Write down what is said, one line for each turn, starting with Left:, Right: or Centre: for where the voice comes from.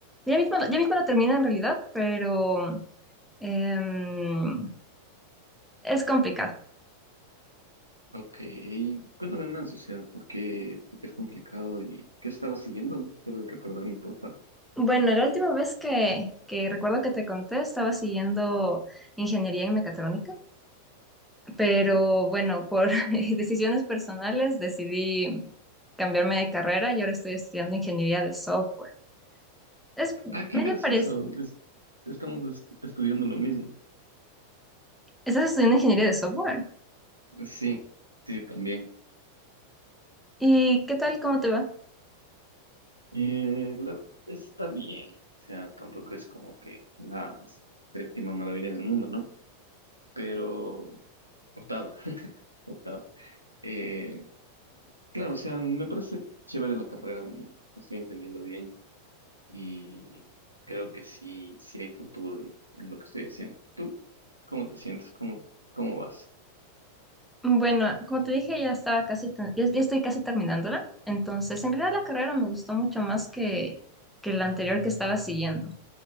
Centre: Ya mismo, ya mismo la termino en realidad, pero em, es complicado.
Right: Ok, cuéntame más, o sea, ¿por qué, por qué es complicado y qué estaba siguiendo? ¿Puedes recordarme, porfa?
Centre: Bueno, la última vez que, que recuerdo que te conté estaba siguiendo ingeniería en mecatrónica,
Right: Ok.
Centre: pero bueno, por <laughs> decisiones personales decidí cambiarme de carrera y ahora estoy estudiando ingeniería de software. Es
Right: Ah, qué
Centre: medio
Right: gracioso.
Centre: parece,
Right: es- estamos des- estudiando lo mismo.
Centre: ¿estás estudiando ingeniería de software?
Right: Sí, sí, también.
Centre: ¿Y qué tal? ¿Cómo te va?
Right: Eh, la verdad está bien, o sea, tampoco es como que la séptima maravilla del mundo, ¿no? Pero octava, <laughs> octava. Eh, claro, o sea, me parece chévere la carrera, me, me estoy entendiendo bien y creo que sí, sí hay futuro en, en lo que estoy haciendo. ¿Tú cómo te sientes? ¿Cómo, cómo vas?
Centre: Bueno, como te dije, ya estaba casi, te- ya, ya estoy casi terminándola. Entonces, en realidad la carrera me gustó mucho más que, que la anterior que estaba siguiendo.